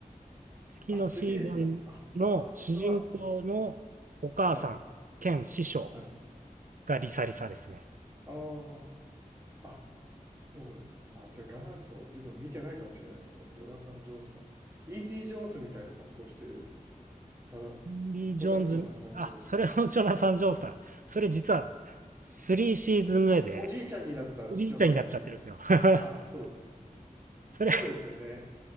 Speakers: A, on the right (about 70°); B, on the right (about 20°).
A: 次のシーズンの主人公のお母さん兼師匠
B: あ、次ですか。あ、ファーストは、はい、はい。
A: がリサリサですね。
B: ああ、あ、そうですか。あ、じゃあ元祖、自分見てないかもしれないですね。ジョナサン・ジョースター。インディ・ジョーンズみたいな格好してたの
A: インディ・ジョーンズ、
B: がジョナサン・
A: あ、
B: ジョースター
A: それもジョナサン・ジョースター。
B: です。
A: それ実は3シーズン目で
B: おじいちゃんになったジョナサン・
A: おじいちゃんになっちゃってるんですよ。
B: ジョースター。
A: <laughs>
B: あ、そうですか。
A: それ
B: そうですよね。